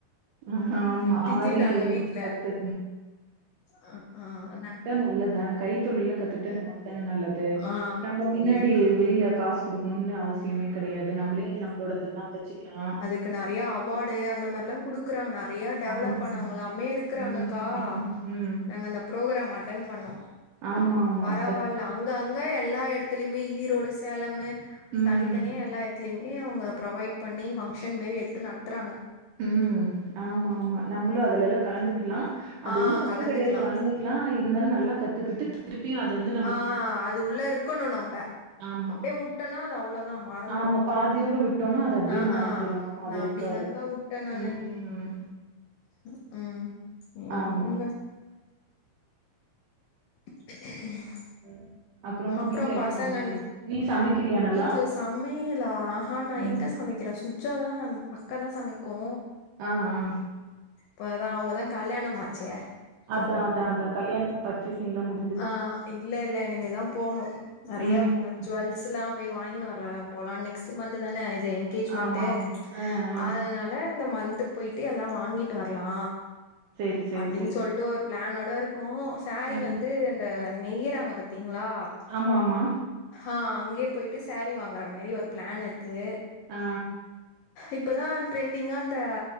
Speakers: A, on the right; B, on the left.
A: ம் ஆமா
B: திட்டிட்டாங்க
A: ஆரி
B: வீட்ல
A: கத்து
B: ஆ ஹ்ம் என்ன
A: நல்லத்தான கை தொழில்ல கத்துக்டா நமக் தான நல்லது
B: ஆ
A: நம்ம பின்னா டி வெளீல காஸ் குடுக்ணுன்னு அவசியமே கெடயாது நம்ளே நம்ளோடதெல்லா தச்சிக்லா
B: க்கு நறையா அவாடு அந்த மர்லா குடுக்குறாங்க நறைய டெவலப்
A: ஆமா
B: பண்ணவங்கலாமேருக்குறாங்கக்கா
A: ஆமா. ம் ம் ம்.
B: நாங்க அந்த ப்ரோகராம் அட்டன் பண்ணோ
A: ஆமா ஆமா.
B: பரவால்ல
A: அதான் அதான்.
B: அங் ங்க அங்க எல்லா எடத்துலிமே ஈரோடு சேலம்மு
A: ம் ம்.
B: இத்தனியு எல்லா எத்லிமே அவ்ங்க ப்ரொவைட் பண்ணி ஃபங்ஷன் மெரி எத்து நத்துறாங்க
A: ம் ஆம்மாமா நம்ளு அதுலல்லா கலந்துக்குலா அது
B: ஆ
A: ஒண்ணு தப்பு
B: கலந்துக்கலா
A: கெடியாது கலந்து கிலா இருந்தாலு நல்லா கத்துக்குட்டு திருப்பியு அது வந்து
B: ஆ அது உள்ளருக்கணு நம்ப
A: ஆமா.
B: அப்டே உட்டனா அது அவ்ளோதா மறந்துரோ
A: ஆமா. பாதியோட விட்டோம்னா, அது அப்படியே
B: அ
A: மறைஞ்சிரும்.
B: ஆ
A: ஆமா, அது
B: நா
A: இருக்காது.
B: அப்டிதாக்கா உட்ட நானு
A: ம்.
B: ம் ம் சேரி
A: ஆமா.
B: உடுங்க <unintelligible>
A: ம். அப்புறம்
B: அப்றோ
A: வீட்ல என்ன
B: பசங்கண்ண
A: சமையல்? நீ சமைக்கிறியா நல்லா?
B: வீட்ல சமைலா நா
A: ம்.
B: எங்க சமை க்கிற சுஜ்ஜாதா அக்கா தா சமைக்கோ
A: ஆ ஆ
B: ப்ப தா அவ்ங்கதா கல்யாணமாச்சே
A: அதா அதா அதா கல்யாண்த்துக் பர்சஸ்ஸிங்லா முடி
B: ஆ இல்லல்ல இனிமேதா போணோ நறைய
A: ம்,
B: <unintelligible>
A: ம்.
B: ஜிவெல்ஸ்ல்லா போய் வாங்கினு வர்ல போலா நெக்ஸ்ட்டு மந்த்து தான இது என் கெஜ்மண்ட்டு
A: ஆமாமா. ஆ, ஆ.
B: அதனால இந்த மந்த்து பொய்ட்டு எல்லா வாங்கிட்டு வர்லா
A: சரி, சரி,
B: அப்டின்
A: சரி.
B: சொல்ட்டு ஒரு ப்ளானோடர்க்கோ சாரி
A: ம்.
B: வந் து அந்த நெய்யராங்க பத்தீங்ளா
A: ஆமா ஆமா
B: ஆ அங்யே பொய்ட்டு சாரி வாங்கற மேரி ஒரு ப்ளான் இர்க்கு
A: ஆ.
B: இப்பதா ட்ரெண்டிங்கா இந்த